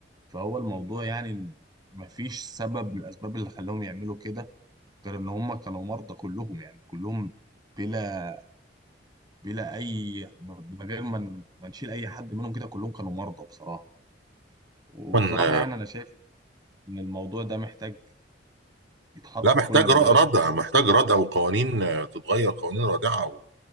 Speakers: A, on the right; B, on the right.
A: فهو الموضوع يعني ما فيش سبب من الاسباب اللي خلاهم يعملوا كده غير ان هم كانوا مرضى كلهم يعني كلهم بلا بلا اي من غير ما ن- ما نشيل اي حد منهم كده كلهم كانوا مرضى بصراحه وبصراحه
B: طبعاً، آه،
A: يعني انا شايف ان الموضوع ده محتاج يتحط
B: لا
A: في
B: محتاج
A: كل مدارس
B: ر- ردع
A: مصر
B: محتاج ردع وقوانين آه، تتغير قوانين رادعة و-